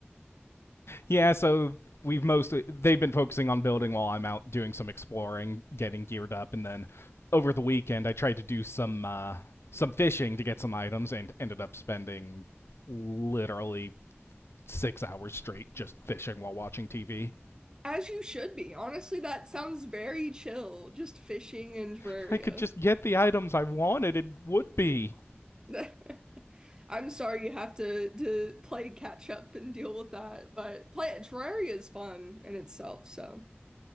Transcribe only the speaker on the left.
Yeah, so we've mostly they've been focusing on building while I'm out doing some exploring, getting geared up, and then over the weekend I tried to do some uh, some fishing to get some items and ended up spending literally six hours straight just fishing while watching TV.
If I could just get the items I wanted, it would be.